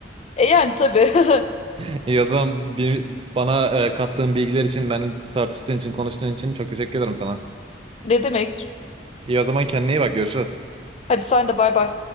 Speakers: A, on the left; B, on the right.
A: E yani tabii <laughs>
B: <laughs> İyi o zaman bir- bana e, kattığın bilgiler için, benimle tartıştığın için, konuştuğun için çok teşekkür ederim sana.
A: ne demek.
B: İyi o zaman kendine iyi bak görüşürüz.
A: Hadi sen de bay bay.